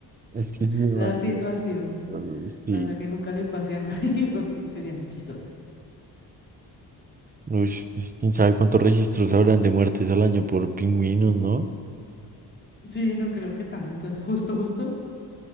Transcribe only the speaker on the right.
Es que es demasiado.
raro, Sí.
Uy, pues, quién sabe cuántos registros habrán de muertes al año por pingüinos, ¿no?